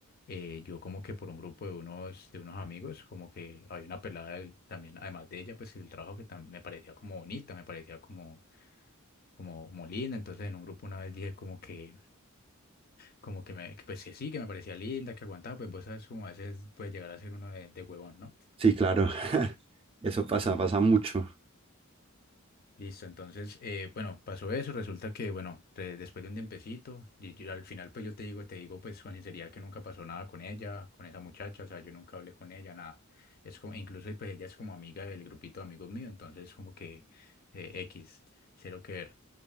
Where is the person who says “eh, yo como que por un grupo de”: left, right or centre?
Left